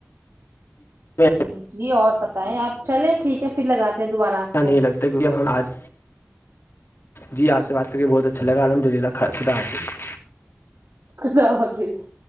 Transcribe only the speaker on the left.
میں
اچھا
نہیں
لگتا کیونکہ اب ہم جی آپ سے بات کریں بہت اچھا <unintelligible>